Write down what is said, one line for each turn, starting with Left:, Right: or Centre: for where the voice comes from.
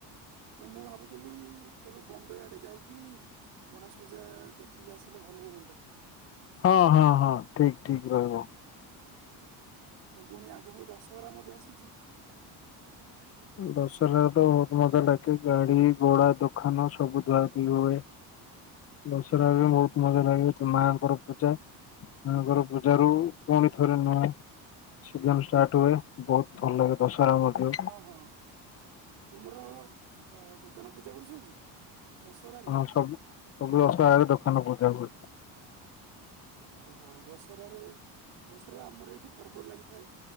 Right: ତ ମୁଁ ଭାବୁଥିଲି କେବେ ବମ୍ବେ ଆଡେ ଯାଇକି ଗଣେଶ ପୂଜା ଦେଖିକି ଆସିଲେ ଭଲ ହୁଅନ୍ତା।
Left: ହଁ, ହଁ, ହଁ, ଠିକ, ଠିକ ରହିବ।
Right: ତ ପୁଣି ଆଗକୁ ଦଶହରା ମଧ୍ଯ ଆସୁଛି।
Left: ଦଶରା ରେ ତ ବହୁତ ମଜା ଲାଗେ ଗାଡି ଘୋଡା ଦୋକାନ ସବୁ ଧୁଆଧୁଇ ହୁଏ।
Right: ହ।
Left: ଦଶରା କୁ ବହୁତ ମଜା ଲାଗେ ତ ମାଙ୍କର ପୂଜା। ତାଙ୍କର ପୂଜାରୁ ପୁଣି ଥରେ ମା ସିଜନ୍ ଷ୍ଟାର୍ଟ ହୁଏ, ବହୁତ ଭଲ ଲାଗେ ଦଶହରା ମଧ୍ୟ।
Right: ହଁ, ହଁ ତୁମର ଅ, ଦୋକାନ ପୂଜା କରୁଛ କି? ଦଶହରାରେ
Left: ହଁ ସବୁ ସବୁ ଦଶହାରେ ଦୋକାନ ପୂଜା ହୁଏ।
Right: ଓହୋ, ଦଶରାରେ ଦଶରା ରେ ଆମର ଏଇଠି ପର୍ବ ଲାଗିଥାଏ।